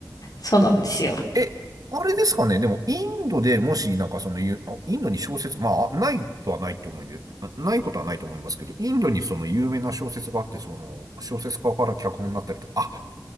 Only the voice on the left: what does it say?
そうなんですよ。